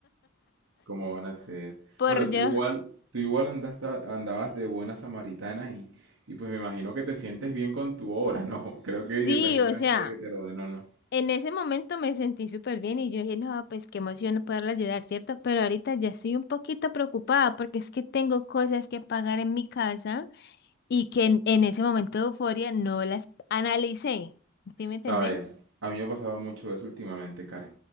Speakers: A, on the right; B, on the left.
A: ¿cómo van a ser?
B: <laughs> por
A: Bueno,
B: yo.
A: tú igual, tú igual andaste, andabas de buena samaritana y, y pues me imagino que te sientes bien con tu obra, ¿no? <laughs> Creo que independientemente
B: Sí, o sea.
A: de que te lo den o no.
B: En ese momento me sentí súper bien y yo dije, no, pues qué emoción poderla ayudar, ¿cierto? Pero ahorita ya estoy un poquito preocupada porque es que tengo cosas que pagar en mi casa y que en, en ese momento de euforia no las analicé. ¿Sí me entendés?
A: Sabes, a mí me ha pasado mucho eso últimamente, Karen.